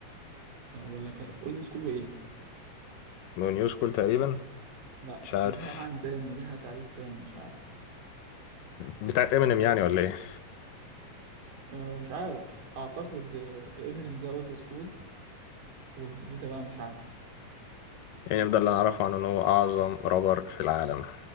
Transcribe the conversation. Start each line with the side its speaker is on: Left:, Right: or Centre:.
Right: آه، ولا كان اولد سكول وايه
Left: نو نيوز كول تقريبا
Right: لا
Left: مش عارف
Right: كان ليها معنى تاني ليها تعريف تاني مش عارف
Left: بتاعت امينيم يعني ولا ايه
Right: أه مش عارف اعتقد امينيم ده اولد سكول والجديد ده بقى مش عارف
Left: يعني ده اللي أعرفه عنه إن هو أعظم رابر في العالم